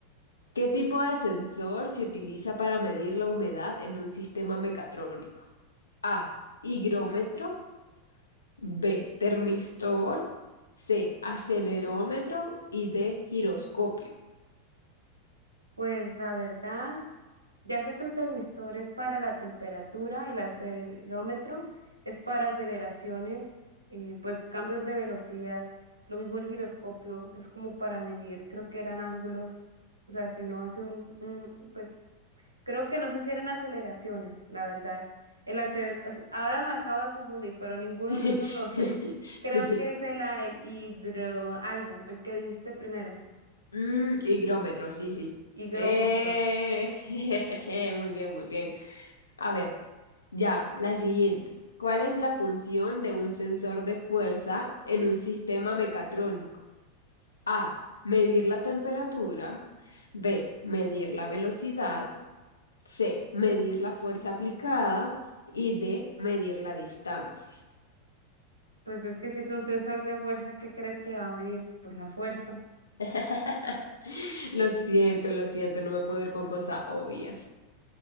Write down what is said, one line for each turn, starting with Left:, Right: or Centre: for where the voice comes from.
Left: ¿Qué tipo de sensor se utiliza para medir la humedad en un sistema mecatrónico? A. Higrómetro. B. Termistor. C. Acelerómetro. Y D. Giroscopio.
Right: Pues la verdad, ya sé que el termistor es para la temperatura, el acelerómetro es para aceleraciones, eh, pues cambios de velocidad. Lo mismo el giroscopio, es como para medir, creo que eran ángulos. O sea, si uno hace un, un, pues Creo que no sé si eran aceleraciones, la verdad. El acel- o sea, ahora me acabo de confundir, pero ninguno
Left: <laughs>
Right: de esos dos es. Creo que es el, a- el hidro algo, el que dijiste primero,
Left: Mm, higrómetro, sí, sí.
Right: higrómetro.
Left: Eh, <laughs> jejeje, muy bien, muy bien. A ver, ya, la siguiente. ¿Cuál es la función de un sensor de fuerza en un sistema mecatrónico? A. Medir la temperatura. B. Medir la velocidad. C. Medir la fuerza aplicada. Y D. Medir la distancia.
Right: Pues es que si es un sensor de fuerza, ¿qué crees que va a medir? Pues la fuerza.
Left: <laughs> Lo siento, lo siento, no me puedo ir con cosas obvias.